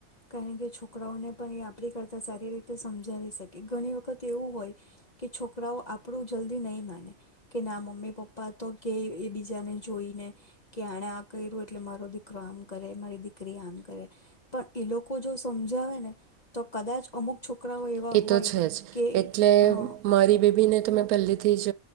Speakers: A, on the left; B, on the right.
A: કારણ કે છોકરાઓને પણ એ આપણી કરતા સારી રીતે સમજાવી શકે. ઘણી વખત એવું હોય કે છોકરાઓ આપણું જલ્દી નહી માને કે ના મમ્મી પપ્પા તો કે એ બીજાને જોઈને કે આણે આ કર્યું એટલે મારો દીકરો આમ કરે, મારી દીકરી આમ કરે, પણ એ લોકો જો સમજાવે ને તો કદાચ અમુક છોકરાઓ એવા
B: એ
A: હોય
B: તો છે જ
A: કે
B: એટલે
A: હા
B: મારી બેબીને તોં મેં પેલે થી જ